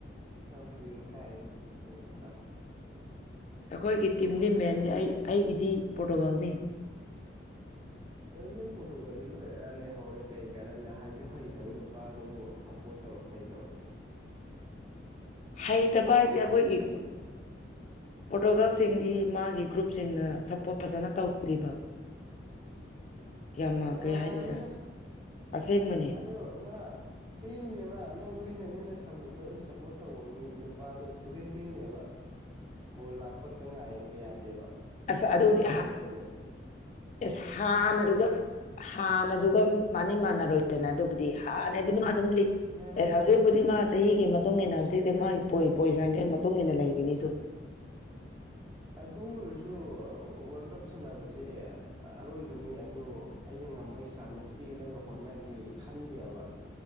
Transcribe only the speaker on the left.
ꯑꯩꯈꯣꯏꯒꯤ ꯇꯤꯝꯗꯤ
ꯃꯦꯟꯗꯤ ꯑꯩ ꯑꯩꯒꯤꯗꯤ ꯄꯣꯔꯇꯨꯒꯥꯜꯅꯤ
ꯍꯩꯇꯥꯕ ꯍꯥꯏꯁꯦ
ꯑꯩꯈꯣꯏꯒꯤ
ꯄꯣꯔꯇꯨꯒꯥꯜꯁꯤꯡꯒꯨ ꯃꯥꯒꯤ ꯒ꯭ꯔꯞꯁꯤꯡꯅ ꯁꯞꯄꯣꯔꯠ ꯐꯖꯅ ꯇꯧꯗꯔꯤꯕ
ꯌꯥꯝꯃ
ꯀꯩ ꯍꯥꯏꯗꯣꯏꯔꯥ ꯑꯁꯦꯡꯕꯅꯦ
ꯑꯁ
ꯑꯗꯨꯗꯤ
ꯑꯦꯁ ꯍꯥꯟꯅꯗꯨꯒ ꯍꯥꯟꯅꯗꯨꯒ ꯃꯥꯟꯗꯤ ꯃꯥꯟꯅꯔꯣꯏꯗꯅ ꯑꯗꯨꯕꯨꯗꯤ ꯍꯥꯟꯅꯗꯤ ꯑꯗꯨꯝ ꯑꯗꯨꯝ ꯂꯤꯠ
ꯍꯧꯖꯤꯛꯄꯨꯗꯤ
ꯃꯥ ꯆꯍꯤꯒꯤ ꯃꯇꯨꯡ ꯏꯟꯅ ꯍꯧꯖꯤꯛꯇꯤ ꯃꯥꯒꯤ ꯄꯣꯏꯁꯥꯡꯁꯤꯒꯤ ꯃꯇꯨꯡ ꯏꯟꯅ ꯂꯩꯔꯤꯅꯤꯗꯣ